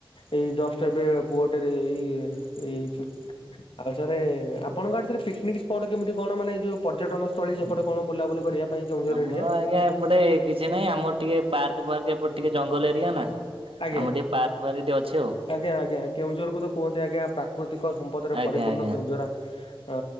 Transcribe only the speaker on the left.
ଏଇ ଜଷ୍ଟ ଏବେ ପୁଅ ଟେରେ ଏଇ ଏଇ ହେଇଛି। ଆଉ ସାରେ ଆପଣଙ୍କ ଆଡେ ପିକ୍ ନିକ୍ ସ୍ପଟ କେମିତି କଣ ମାନେ ଏଯୋଉ ପର୍ଯ୍ୟଟନ ସ୍ଥଳୀ ସେପଟେ କଣ ବୁଲାବୁଲି କରିବା ପାଇଁ କେଉଁଝର
ଏରିଆ
ଆଜ୍ଞା
ଆଜ୍ଞା ଆଜ୍ଞା କେଉଁଝର୍ କୁ ତ କୁହନ୍ତି ଆଜ୍ଞା ପ୍ରାକୃତିକ ସମ୍ପଦରେ
ପରିପୂର୍ଣ୍ଣ
କେଉଁଝରା। ଅଁ